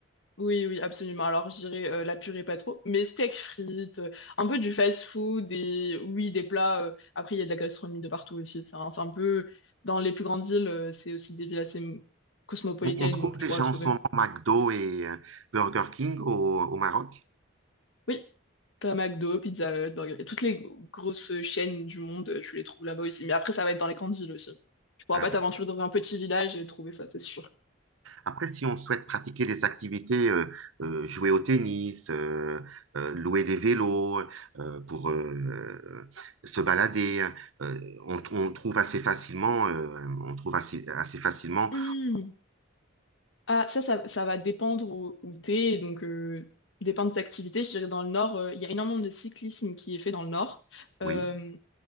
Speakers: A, on the left; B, on the right.
A: oui, oui, absolument. Alors, j'irai euh, la purée pas trop, mais steak frites, euh, un peu du fast food et oui, des plats. euh, Après, il y a de la gastronomie de partout aussi. C'est un, c'est un peu dans les plus grandes villes, euh, c'est aussi des villes assez m- cosmopolitaines,
B: On, on trouve
A: donc
B: déjà
A: tu pourras trouver.
B: en ce moment McDo et euh, Burger King au, au Maroc.
A: Oui, t'as McDo, Pizza Hut, Burger King, toutes les grosses chaînes du monde, euh, tu les trouves là-bas aussi. Mais après, ça va être dans les grandes villes aussi. Tu pourras
B: Ah,
A: pas
B: d'accord.
A: t'aventurer dans un petit village et trouver ça, c'est sûr.
B: Après, si on souhaite pratiquer des activités, euh, euh, jouer au tennis, euh, euh, louer des vélos euh, pour euh, se balader, euh, on, on trouve assez facilement, euh, on trouve assez, assez facilement,
A: Hmm. Ah, ça, ça, ça va dépendre où, où t'es, et donc euh, dépendre de tes activités. Je dirais dans le nord, euh, il y a énormément de cyclisme qui est fait dans le nord.
B: oui.
A: Euh,